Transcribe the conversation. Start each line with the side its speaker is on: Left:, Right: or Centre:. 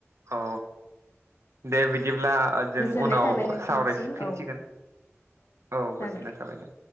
Right: औ दे बिदि जेब्ला जों
Left: गोजोननाय
Right: उनाव
Left: थाबाय नोंथांनिसिम
Right: सावरायफिनसिगोन
Left: औ
Right: औ
Left: जागोन।
Right: गोजोननाय थाबाय दे